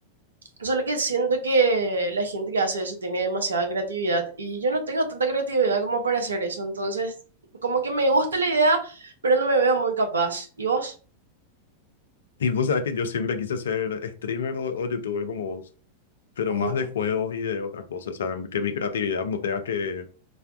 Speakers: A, on the right; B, on the left.
A: solo que siento que la gente que hace eso tiene demasiada creatividad y yo no tengo tanta creatividad como para hacer eso. Entonces, como que me gusta la idea, pero no me veo muy capaz. ¿Y vos?
B: Y vos sabés que yo siempre quise ser streamer o, o youtuber como vos. pero
A: Ujú.
B: más de juegos y de otras cosas, o sea, que mi creatividad no tenga que